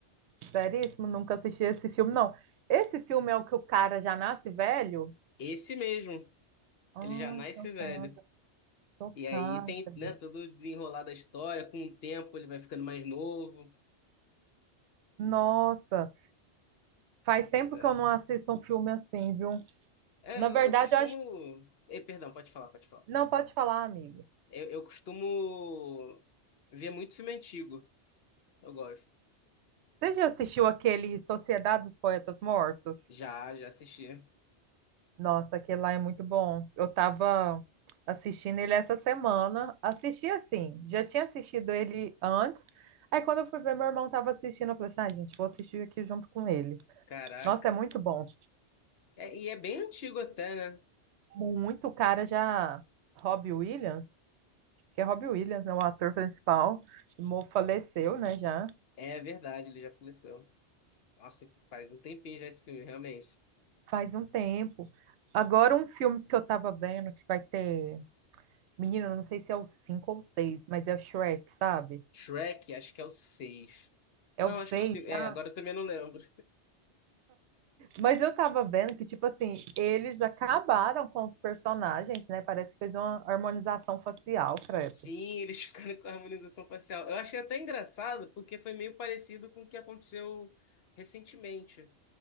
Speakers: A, on the right (about 75°); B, on the left (about 65°).
A: Seríssimo, nunca assisti esse filme, não. Esse filme é o que o cara já nasce velho?
B: Esse mesmo,
A: Ah,
B: ele já nasce
A: chocada,
B: velho.
A: chocada,
B: E aí tem, né,
A: gente.
B: todo o desenrolar da história, com o tempo ele vai ficando mais novo.
A: Nossa, faz tempo
B: Pois é.
A: que eu não assisto um filme assim, viu?
B: É,
A: Na
B: eu,
A: verdade,
B: eu costumo.
A: eu acho...
B: Eh, perdão, pode falar, pode falar.
A: Não, pode falar, amigo.
B: Eu, eu costumo ver muito filme antigo. Eu gosto.
A: Você já assistiu aquele Sociedade dos Poetas Mortos?
B: Já, já assisti.
A: Nossa, aquele lá é muito bom. Eu tava assistindo ele essa semana. Assisti assim, já tinha assistido ele antes. Aí quando eu fui ver, meu irmão tava assistindo, eu falei assim, ah, gente, vou assistir aqui junto com ele.
B: Caraca.
A: Nossa, é muito bom.
B: É, e é bem antigo até, né?
A: Muito cara já... Robbie Williams, que é Robbie Williams, né, o ator principal, O mo- faleceu, né, já
B: É verdade, ele já faleceu. Nossa, faz um tempinho já esse filme, realmente.
A: faz um tempo. Agora um filme que eu tava vendo que vai ter Menina, eu não sei se é o 5 ou o 6, mas é o Shrek, sabe?
B: Shrek, acho que é o 6.
A: É
B: Não,
A: o
B: acho
A: 6
B: que é o 5.
A: já.
B: É, agora eu também não lembro.
A: Mas eu tava vendo que, tipo assim, eles acabaram com os personagens, né? Parece que fez uma harmonização facial, credo.
B: Sim, <laughs> eles ficaram com a harmonização facial. Eu achei até engraçado, porque foi meio parecido com o que aconteceu recentemente.